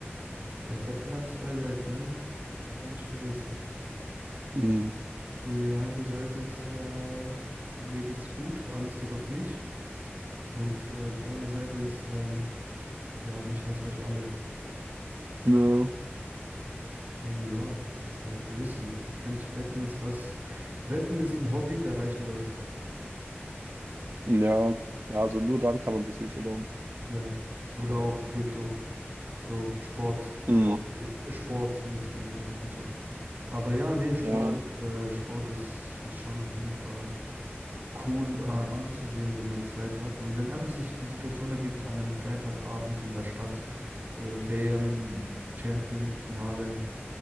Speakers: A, on the right; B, on the right.
A: ja, Wetten hat zwei Seiten, ne? Darf man nicht vergessen.
B: Mhm.
A: Die eine Seite ist, äh, mir geht's gut, alles geht auf mich. Und äh, die andere Seite ist, ähm, ja, ich hasse euch alle.
B: Ja.
A: Also ja, das ist halt risky. Ich finde, Wetten ist was. Wetten ist ein Hobby der reichen Leute.
B: Ja. Ja, also nur dann kann man sich wirklich erlauben.
A: Ja. Oder auch Krypto. So Sport,
B: Mhm.
A: Wetten, äh, Sport mit Kryptowetten so. Aber ja, nee, Sport
B: Ja.
A: ist, äh, Sport ist, ist schon auf jeden Fall cool, äh, anzusehen, wenn man Zeit hat. Und wenn einfach sich die Situation ergibt, an einem Freitagabend in der Stadt, äh, WM, Champion, Finale,